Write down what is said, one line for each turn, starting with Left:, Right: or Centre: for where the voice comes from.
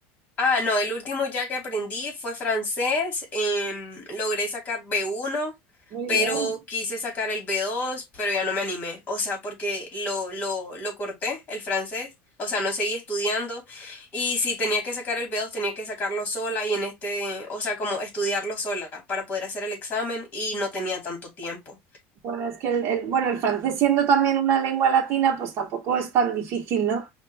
Left: Ah, no, el último ya que aprendí fue francés. em, logré sacar B1,
Right: Muy
Left: pero
Right: bien.
Left: quise sacar el B2, pero ya no me animé. O sea, porque lo, lo, lo corté, el francés. O sea, no seguí estudiando. Y si tenía que sacar el B2, tenía que sacarlo sola y en este, o sea, como estudiarlo sola para poder hacer el examen y no tenía tanto tiempo.
Right: Bueno, es que el, el- bueno, el francés siendo también una lengua latina, pues tampoco es tan difícil, ¿no?